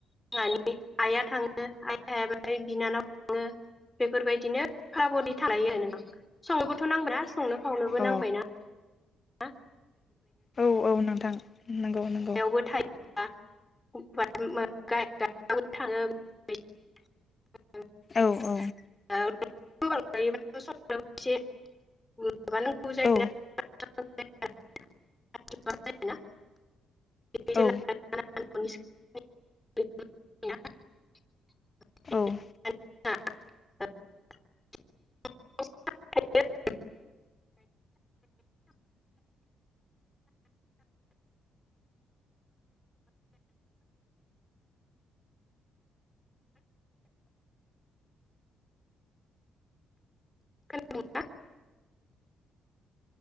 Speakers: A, on the left; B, on the left.
A: सानि आइया थाङो आइ आयाबो बिनानावनो‌ बेफोरबायद दिनो फाबनि थालायो संनोबोथ' नांब्रा संनो खावनोबो नांबायना?
B: औ अ
A: आ
B: औ औ नोंथां नंगौ नंगौ।
A: संनायावबो <unintelligible> <unintelligible> थाङो
B: औ औ
A: <unintelligible> <unintelligible> <unintelligible>
B: औ
A: <unintelligible> <unintelligible>
B: औ
A: <unintelligible>
B: औ
A: <unintelligible> खोनादों ना?